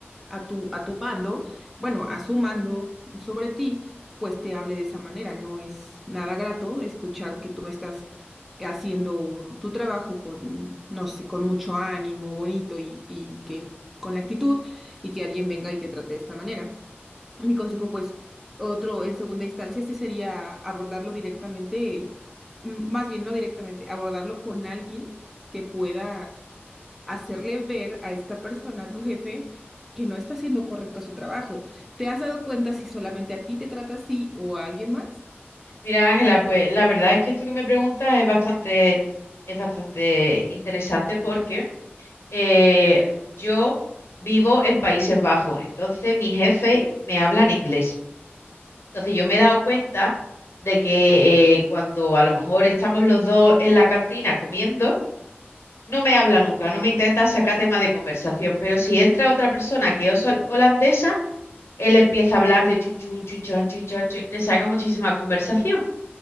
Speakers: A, in the centre; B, on the left.
A: a tu, a tu mando, bueno, a su mando sobre ti, pues te hable de esa manera. No es nada grato escuchar que tú estás haciendo tu trabajo con, no sé, con mucho ánimo, bonito y, y que con la actitud y que alguien venga y te trate de esta manera. Mi consejo, pues, otro en segunda instancia, sí sería abordarlo directamente, mm, más bien no directamente, abordarlo con alguien que pueda hacerle ver a esta persona, a tu jefe, que no está haciendo correcto su trabajo. ¿Te has dado cuenta si solamente a ti te trata así o a alguien más?
B: Mira, Ángela, pues la verdad es que esto que me preguntas es bastante, es bastante interesante porque eh, yo vivo en Países Bajos, entonces mi jefe me habla en inglés. Entonces yo me he dado cuenta de que eh, cuando a lo mejor estamos los dos en la cantina comiendo, no me habla nunca, no me intenta sacar tema de conversación, pero si entra otra persona que es hol- holandesa, Él empieza a hablarle, chun, chun, chun, chan, chun, chan, chun, le saca muchísima conversación.